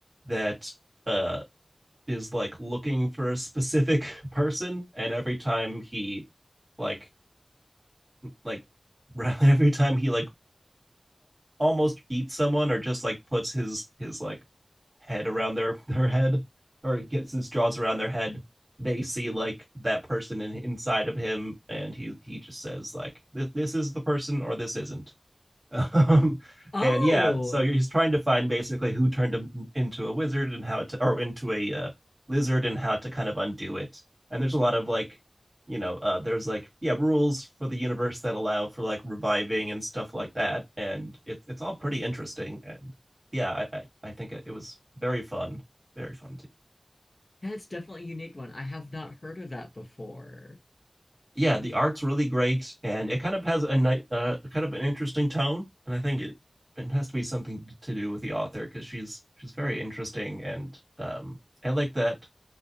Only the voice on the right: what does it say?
that uh is like looking for a specific <laughs> person and every time he like like <laughs> every time he like almost eats someone or just like puts his his like head around their <laughs> their head or gets his jaws around their head they see like that person in, inside of him and he he just says like this, this is the person or this isn't um,
and yeah, so he's trying to find basically who turned him into a wizard and how to, or into a uh, lizard and how to kind of undo it. And there's a lot of like, you know, uh, there's like yeah rules for the universe that allow for like reviving and stuff like that. And it, it's all pretty interesting. And yeah, I, I, I think it was very fun, very fun to.
yeah, the art's really great, and it kind of has a night, uh, kind of an interesting tone, and I think it it has to be something to do with the author because she's she's very interesting, and um, I like that